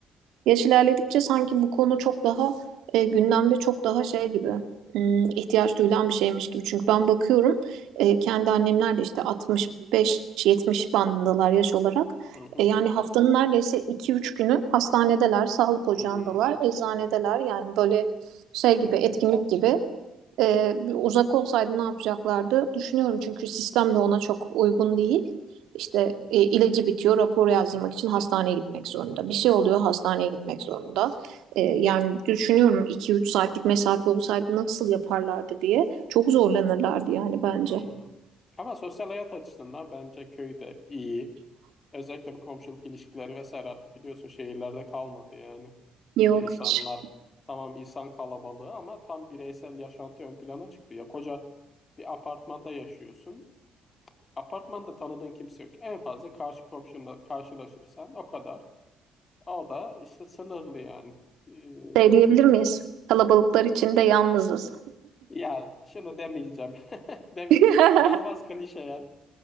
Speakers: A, on the right; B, on the left.
A: Yaş ilerledikçe sanki bu konu çok daha e, gündemde çok daha şey gibi hmm, ihtiyaç duyulan bir şeymiş gibi. Çünkü ben bakıyorum e, kendi annemler de işte 65-70 bandındalar yaş olarak.
B: Hı hı.
A: E, yani haftanın neredeyse 2-3 günü hastanedeler, sağlık ocağındalar,
B: Hmm,
A: eczanedeler. Yani böyle şey gibi
B: evet.
A: etkinlik gibi ee, uzak olsaydı ne yapacaklardı? Düşünüyorum çünkü sistem de ona çok uygun değil. İşte e, ilacı bitiyor, rapor yazdırmak
B: Hı hı.
A: için hastaneye gitmek zorunda. Bir şey oluyor, hastaneye gitmek zorunda. Ee, yani düşünüyorum iki üç saatlik mesafe olsaydı nasıl yaparlardı diye. Çok zorlanırlardı yani bence.
B: Hmm. Ama sosyal hayat açısından bence köy de iyi. Özellikle bu komşuluk ilişkileri vesaire artık biliyorsun şehirlerde kalmadı yani.
A: Yok
B: E, İnsanlar
A: hiç.
B: tamam insan kalabalığı ama tam bireysel yaşantı ön plana çıktı. Ya koca bir apartmanda yaşıyorsun. Apartmanda tanıdığın kimse yok. En fazla karşı komşunla karşılaşırsan o kadar. O da işte sınırlı yani. Ee,
A: Şey diyebilir miyiz? Kalabalıklar içinde yalnızız.
B: Ya şunu demeyeceğim. <laughs> Demi
A: <laughs>
B: inanılmaz klişe ya.